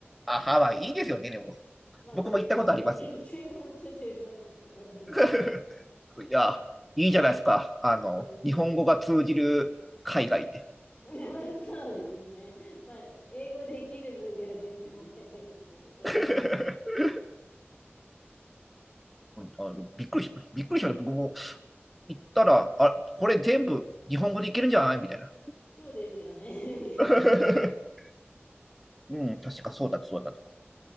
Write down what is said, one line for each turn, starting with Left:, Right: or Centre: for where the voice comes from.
Centre: あ、ハワイ、いいですよね、でも。
Left: <laughs> まあ、
Centre: 僕も行ったことあります。
Left: 定番ですけど、定番っちゃ定番のところなの。
Centre: <laughs> いや、いいじゃないですか。
Left: <laughs>
Centre: あの、
Left: そうですね。
Centre: 日本語が通じる海外で。
Left: <laughs> そうですね。まあ、英語できる分には全然問題ないんですけど、そういう。
Centre: <laughs> あのびっくりし、びっくりしました。僕も行ったら、あ、これ全部日本語でいけるんじゃないみたいな。
Left: そうですよね。
Centre: <laughs> うん、確かそうだったそうだった。